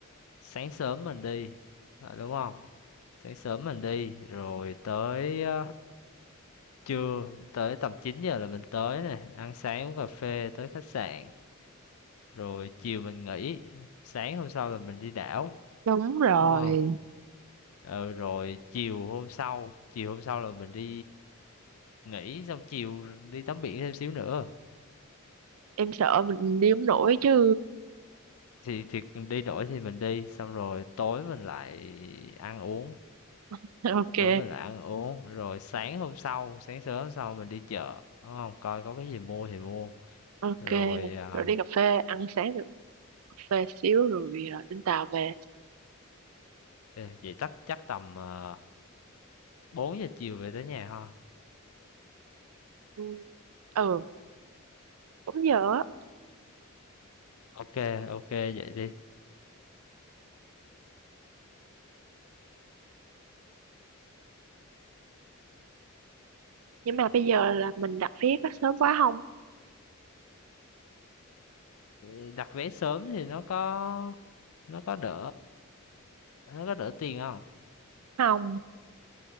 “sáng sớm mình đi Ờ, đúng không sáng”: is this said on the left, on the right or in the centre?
Left